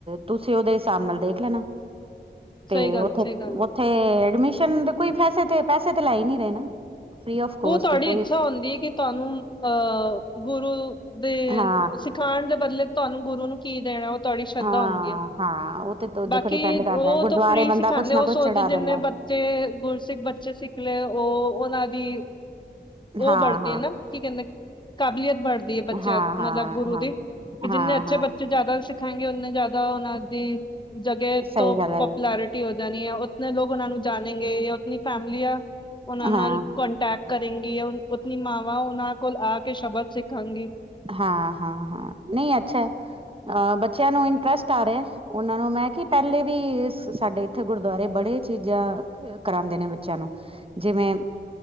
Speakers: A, on the right; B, on the left.
A: ਤੁਸੀਂ, ਉਹਦੇ ਹਿਸਾਬ ਨਾਲ ਦੇਖ ਲੈਣਾ, ਤੇ
B: ਸਹੀ ਗੱਲ
A: ਉੱਥੇ
B: ਹੈ ਸਹੀ ਗੱਲ ਹੈ
A: ਤੇ ਐਡਮਿਸ਼ਨ ਦੇ ਕੋਈ ਵੈਸੇ ਤੇ ਪੈਸੇ ਤੇ ਲੈ ਹੀ ਨੀ ਰਹੇ ਨਾ। ਫ੍ਰਰੀ ਆਫ ਕੋਸਟ
B: ਉਹ ਤੁਹਾਡੀ
A: ਹੈ ਕੋਈ
B: ਇੱਛਾ ਹੁੰਦੀ ਹੈ, ਕਿ ਤੁਹਾਨੂੰ ਅਹ ਗੁਰੂ ਦੇ
A: ਹਾਂ,
B: <unintelligible> ਖਾਣ ਦੇ ਬਦਲੇ ਤੁਹਾਨੂੰ ਗੁਰੂ ਨੂੰ ਕਿ ਦੇਣਾ? ਤੁਹਾਡੀ ਸ਼ਰਧਾ
A: ਹਾਂ,
B: ਹੁੰਦੀ ਆ।
A: ਹਾਂ ਉਹ ਤੇ
B: ਬਾਕੀ
A: ਦੇਖੋ ਡਿਪੈਂਡ ਕਰਦਾ
B: ਉਹ
A: ਹੈ ਗੁਰਦੁਆਰੇ
B: ਤਾਂ ਫ੍ਰਰੀ
A: ਬੰਦਾ
B: ਸਿਖਾਂਦੇ
A: ਕੁਛ ਨਾ
B: ।ਉਹ ਸੋਚਦੇ
A: ਕੁਛ ਚੜਾ
B: ਜਿੰਨੇ
A: ਦਿੰਦਾ
B: ਬਚ ਤੇ ਗੁਰਸਿੱਖ ਬੱਚੇ ਸਿੱਖ ਲਏ। ਉਹ ਉਹਨਾਂ ਦੀ ਉਹ
A: ਹਾਂ-ਹਾਂ,
B: ਵੜਦੇ ਹੈ ਨਾ ਕਿ ਕਹਿੰਦੇ? ਕਾਬਲੀਅਤ ਵੜਦੀ ਹੈ, ਬੱਚਿਆਂ
A: ਹਾਂ-ਹਾਂ,
B: ਮਤਲਬ ਗੁਰੂ
A: ਹਾਂ,
B: ਦੀ, ਕਿ
A: ਹਾਂ-ਹਾਂ
B: ਜਿੰਨੇ ਅੱਛੇ ਬੱਚੇ ਜ਼ਿਆਦਾ ਸਿ, ਉਹਨੇ ਜ਼ਿਆਦਾ ਉਹਨਾਂ ਦੀ ਜਗੇ
A: ਸਹੀ
B: ਤੋਂ
A: ਗੱਲ ਹੈ।
B: ਪੋਪੂਲੈਰਿਟੀ ਹੋ ਜਾਣੀ ਹੈ ।ਉਤਨੇ ਲੋਕ ਉਹਨਾਂ ਨੂੰ ਜਾਣੇਗੇ ਜਾਂ ਉਤਨੀ ਫੈਮਲੀ ਆ। ਉਹਨਾਂ
A: ਹਾਂ,
B: ਨਾਲ ਕੰਟੈਕਟ ਕਰੇਗੀ, ਉਤਨੀ ਮਾਵਾਂ ਉਹਨਾਂ ਕੋਲ ਆ ਕੇ ਸ਼ਬਦ ਸਿੱਖਾਂਗੀ।
A: ਹਾਂ- ਹਾਂ- ਹਾਂ ਨਹੀਂ ਅੱਛਾ ਹੈ, ਬੱਚਿਆਂ ਨੂੰ ਇੰਟਰਸਟ ਆ ਰਿਹਾ ਹੈ । ਉਹਨਾਂ ਨੂੰ ਮੈਂ ਕਿ, ਪਹਿਲੇ ਵੀ ਸਾਡੇ ਇੱਥੇ ਗੁਰਦੁਆਰੇ ਬੜੇ ਚੀਜ਼ਾਂ ਕਰਾਉਂਦੇ ਨੇ ਬੱਚਿਆਂ ਨੂੰ, ਜਿਵੇਂ-